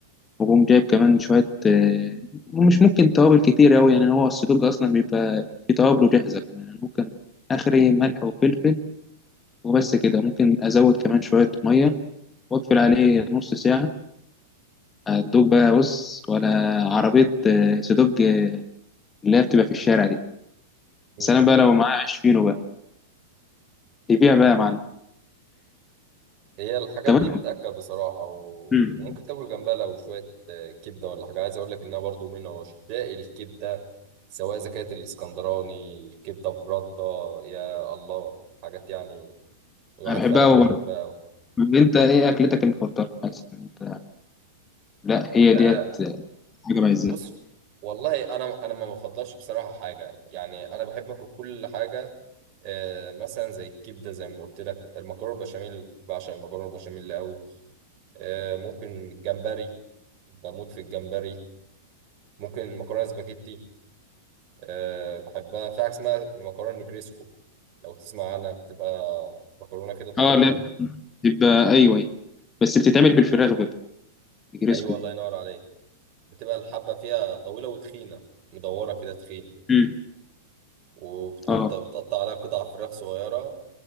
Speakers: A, on the left (about 20°); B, on the right (about 45°).
A: وقوم جايب كمان شوية آه، مش ممكن توابل كتير أوي يعني هو السدوج أصلا بيبقى في توابله جاهزة كمان يعني ممكن آخري ملح وفلفل وبس كده ممكن أزود كمان شوية مية وأقفل عليه نص ساعة هتدوب بقى بص ولا عربية آه، سدوج آه، اللي هي بتبقى في الشارع دي
B: مم.
A: بس أنا بقى لو معايا عيش فينو بقى يبيع بقى يا معلم
B: هي الحاجات
A: طب
B: دي
A: أنت-
B: بتأكل بصراحة و...
A: مم.
B: وممكن تاكل جنبها لو شوية آه، كبدة ولا حاجة عايز أقول لك إنها برضو من عشاق الكبدة سواء إذا كانت الإسكندراني الكبدة برده يا الله حاجات يعني الواحد
A: أنا بحبها
B: فعلا
A: أوي
B: بيحبها
A: برضه
B: أوي
A: طب أنت إيه أكلتك المفضلة؟ مثلا أنت لا هي
B: آه
A: ديت حاجة بعزها
B: بص والله أنا أنا ما بفضلش بصراحة حاجة يعني أنا بحب آكل كل حاجة آه مثلا زي الكبدة زي ما قلت لك المكرونة البشاميل بعشق المكرونة البشاميل أوي آه ممكن الجمبري بموت في الجمبري ممكن المكرونه سباكيتي أه بحبها في حاجة اسمها مكرونة نجريسكو لو تسمع عنها بتبقى مكرونة كده طويلة
A: اه لا بتبقى ايوه بس بتتعمل بالفراخ بقى الجريسكو
B: أيوة
A: دي
B: الله ينور عليك بتبقى الحبة فيها طويلة وتخينة مدورة كده تخينة
A: مم.
B: وبتحط
A: اه
B: بتقطع عليها قطع فراخ صغيرة